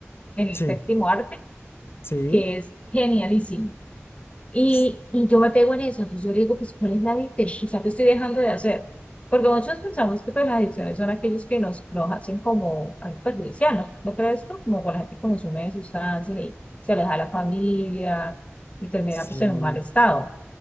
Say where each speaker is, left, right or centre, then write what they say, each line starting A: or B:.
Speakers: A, on the left; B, on the left.
A: en el
B: sí,
A: séptimo arte,
B: sí.
A: que es genialísimo. Y,
B: s-
A: y yo me pego en eso, entonces yo le digo, pues, ¿cuál es la adicción? Quizá te estoy dejando de hacer. Porque muchos pensamos que pues, las adicciones son aquellos que nos, nos hacen como algo perjudicial, ¿no? ¿No crees esto? Como con la gente que consume sustancias y se aleja de la familia y termina
B: Sí.
A: pues en un mal estado.